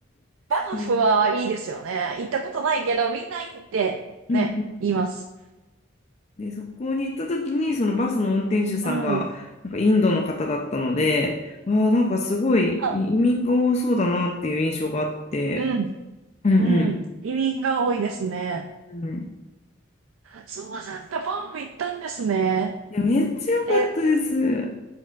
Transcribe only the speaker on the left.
うん
うん
で、そこに行った時に、そのバスの運転手さんが、
なんかインドの方だったので、ああ、なんかすごい移民が多そうだなっていう印象があって、
うんうん
うんうん
いや、めっちゃ良かったです。